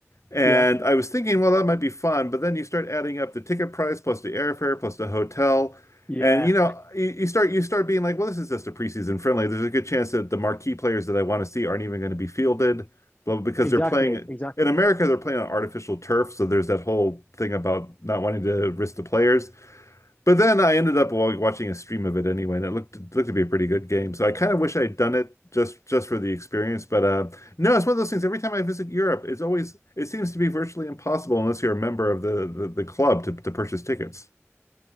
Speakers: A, on the left; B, on the left.
A: And
B: Yeah,
A: I was thinking, well, that might be fun, but then you start adding up the ticket price plus the airfare plus the hotel,
B: yeah,
A: and you know, you, you start you start being like, well, this is just a preseason friendly. There's a good chance that the marquee players that I want to see aren't even going to be fielded, well, because
B: exactly,
A: they're playing
B: exactly.
A: in America, they're playing on artificial turf, so there's that whole thing about not wanting to risk the players. But then I ended up wa- watching a stream of it anyway, and it looked looked to be a pretty good game. So I kind of wish I'd done it just just for the experience. But uh, no, it's one of those things. Every time I visit Europe, it's always it seems to be virtually impossible unless you're a member of the the, the club to, to purchase tickets.